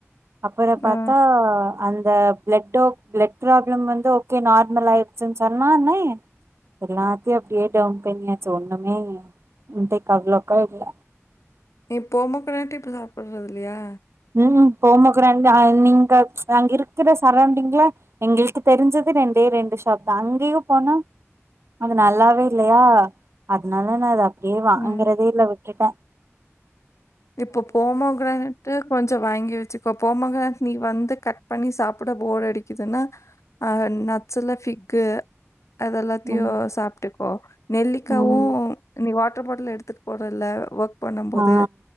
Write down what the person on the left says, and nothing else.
ஆ.
நீ பொமக்குரன்னட்டே இப்ப சாப்பிடறது இல்லையா
ம்.
இப்போ போமோகிரனட்டு கொஞ்சொ வாங்கி வச்சுக்கோ பொமக் நீ வந்து கட் பண்ணி சாப்பிட போர் அடிக்குதுன்னா அ நட்ஸுல ஃபிக்கு அதெல்லாத்தையு
சாப்ட்டுக்கோ நெல்லிக்காவு
நீ வா வாட்டர் பாட்டில் எடுத்துட்டு போற இல்ல ஒர்க் பண்ணும் போது